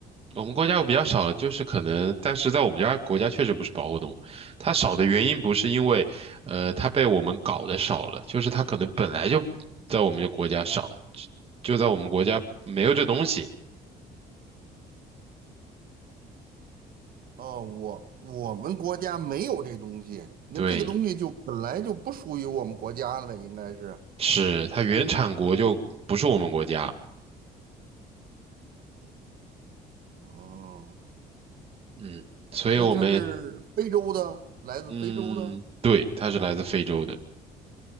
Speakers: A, on the right; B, on the right.
A: 我们国家有比较少的，就是可能，但是在我们家国家确实不是保护动物。它少的原因不是因为，呃，它被我们搞得少了，就是它可能本来就在我们的国家少，就在我们国家没有这东西。
B: 哦，我我们国家没有这东西，那这个东西就本来就不属于我们国家的呗，
A: 对，
B: 应该是。
A: 是它原产国就不是我们国家。
B: 哦，
A: 嗯，所以我们，
B: 那它是非洲的，来自非洲的，
A: 嗯，对，它是来自非洲的。